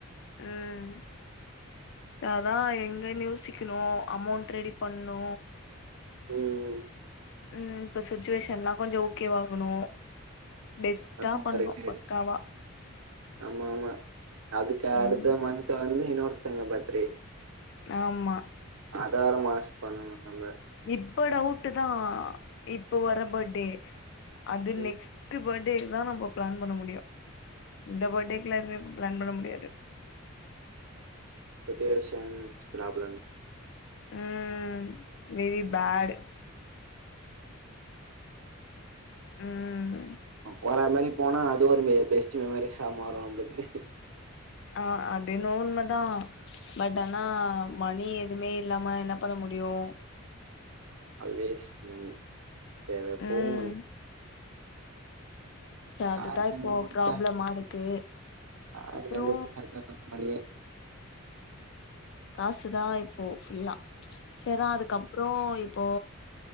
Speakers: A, on the left (about 55°); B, on the right (about 80°).
A: ம். அதா எங்கனு யோசிக்ணு அமோண்ட் ரெடி பண்னு
B: ம்
A: ம். இப்ப சுச்சுவேஷன்லா கொஞ்சோ ஓகேவாகணு பெஸ்ட்டா
B: அதுவு
A: பண்ணு
B: கரெக்ட்டு
A: பக்காவா
B: ஆமா ஆமா. அதுக்கு
A: ம்
B: அடுத்த மந்த் வந்து இன்னொ தங்க பாத்ரி
A: ஆமா
B: அதார எ மனசு பண்ணணு மல்ல
A: இப்ப டவுட்டுதா இப்ப வர பர்டே அது
B: ம்
A: நெக்ஸ்ட்டு பர் ட்டேதா நம்ம பிளான் பண்ண முடியு இந்த பர்த்டேக்லா எதுமே பிளான் பண்ண முடியாது
B: சுச்சுவேஷன்ஸ் ப்ராப்ளம்
A: ம் வெரி பேட் ம்
B: நம போற மாரி போனா அது ஒரு மெ பெஸ்ட் மெமரிஸா மாறு நம்ளுக்கு
A: ஆ அதென்னவோ உண்மதா பட் ஆனா மணி எதுமே இல்லாம என்ன பண்ண முடியு
B: ஆல்வேஸ் மணி தேவ எப்பவு
A: ம்
B: மணி
A: சே அதுதா
B: யாரு கண்டுபுடிச்சா
A: இப்போ ப்ராப்ளமா இருக்கு
B: யாரு
A: அப்றோ
B: கண்டுபுடிச்சா தர்றது மணியே
A: காசுதா இப்போ ஃபுல்லா சேர்ரா அதுக்கப்ற இப்போ